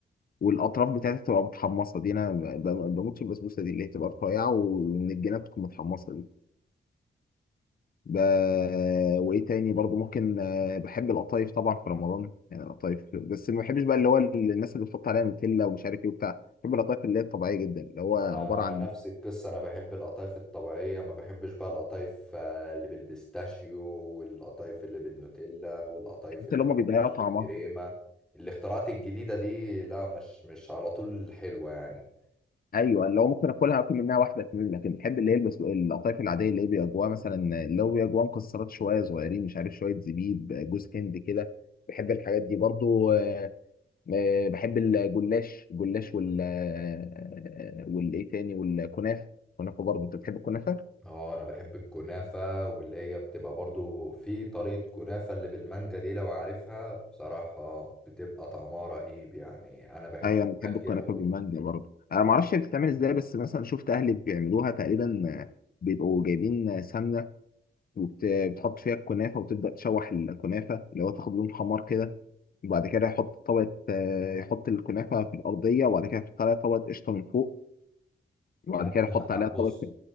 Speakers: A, on the left (about 45°); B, in the centre.
A: والاطراف بتاعتها تبقى متحمصه دي انا ب- ب- بموت في البسبوسه دي اللي هي تبقى رفيعه ومن الجناب تكون متحمصه دي ب... وايه تاني برضو ممكن آه، بحب القطايف طبعا في رمضان يعني القطايف بس ما بحبش بقى اللي هو الناس اللي بتحط عليها نوتيلا ومش عارف ايه وبتاع بحب القطايف اللي هي الطبيعيه جدا اللي هو عباره
B: انا
A: عن
B: نفس القصة انا بحب القطايف الطبيعية ما بحبش بقى القطايف آه، اللي بالبيستاشيو والقطايف اللي بالنوتيلا والقطايف اللي
A: اللي هم بيضيعوا
B: معرفش
A: طعمها
B: بالكريمة الاختراعات الجديدة دي لا مش مش على طول حلوة يعني
A: ايوه اللي هو ممكن اكلها اكل منها واحده اتنين لكن بحب اللي هي البس... القطايف العاديه اللي هي بيبقى جواها مثلا اللي هو بيبقى جواها مكسرات شويه صغيرين مش عارف شويه زبيب جوز هند كده بحب الحاجات دي برضو آه، آه، بحب الجلاش الجلاش وال آه، والايه تاني والكنافه الكنافه برضو انت بتحب الكنافه؟
B: اه انا بحب الكنافة واللي هي بتبقى برضو في طريقة كنافة اللي بالمانجا دي لو عارفها بصراحة بتبقى طعمها رهيب يعني انا بحب
A: ايوه انا
B: اكلها
A: بحب
B: كتير
A: الكنافه
B: قوي
A: بالمانجا برضو انا ما اعرفش بتتعمل ازاي بس مثلا شفت اهلي بيعملوها تقريبا آه، بيبقوا جايبين سمنه وبتحط فيها الكنافه وتبدا تشوح الكنافه اللي هو تاخد لون حمار كده وبعد كده يحط طبقه آه، يحط الكنافه في الارضيه وبعد كده يحط عليها طبقه قشطه من فوق وبعد
B: لا
A: كده يحط
B: لا لا
A: عليها
B: بص
A: طبقه